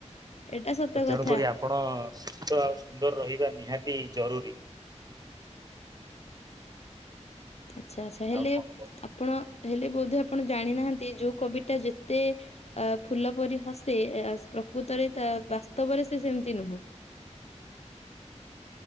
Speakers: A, on the left; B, on the right.
A: ଏଇଟା ସତ
B: ତେଣୁକରି
A: କଥା
B: ଆପଣ ସୁସ୍ଥ ଆଉ ସୁନ୍ଦର ରହି ନିହାତି ଜରୁରୀ। <inaudible>
A: ଆଚ୍ଛା ଆଛା ହେଲେ
B: ଆଉ କଣ କୁହ?
A: ଆପଣ? ହେଲେ ବୋଧେ ଆପଣ ଜାଣିନାହାନ୍ତି ଯୋଉ କବି ଟା ଯେତେ ଅ ଫୁଲ ପରି ହସେ ପ୍ରକୃତରେ ତା ବାସ୍ତବରେ ସେ ସେମିତି ନୁହଁ।